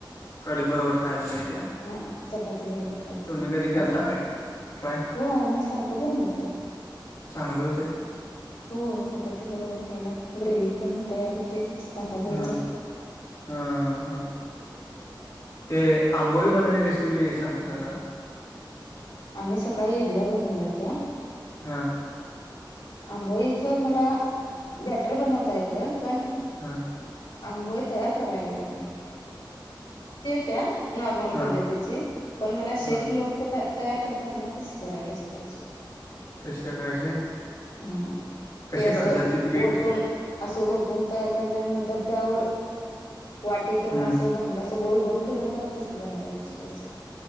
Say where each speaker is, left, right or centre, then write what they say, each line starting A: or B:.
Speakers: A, on the left; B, on the left.
A: कडी बरोबर खायचं काय त्या
B: हा चपाती बरोबर खायचं
A: तुम्ही
B: मग.
A: कधी केलता
B: भाता बरोबर.
A: काय ट्राय
B: हो आम्ही सारखं बनवतो.
A: चांगल हुतंय?
B: हो चपाती बरोबर खायला ग्रेवीही पण तयार होते. भाताबरोबर
A: हा हा हा ते आंबोळी बनण्याची रेसिपी सांगता का जरा
B: आम्ही सकाळी इडल्या बनवल्या होत्या.
A: हा.
B: आंबोळीचं मला बॅटर बनवता येतं पण
A: हा.
B: आंबोळे तयार करायला येत नाही. त्या नॉर्मल
A: हा
B: पद्धतीची. पण मला शेप
A: हा
B: लोकं तयार करतात ना तशी करायला शकायचे.
A: तसे करायचंय
B: ह
A: कशी
B: ते असं
A: करतात ते पीठ
B: ओतून असं होत दोन तयार करता आणि नंतर त्यावर वाटी किंवा
A: हम्म
B: अस अस भांड असं गोल गोल फिरवतात तस बनवाईल शिकायचे.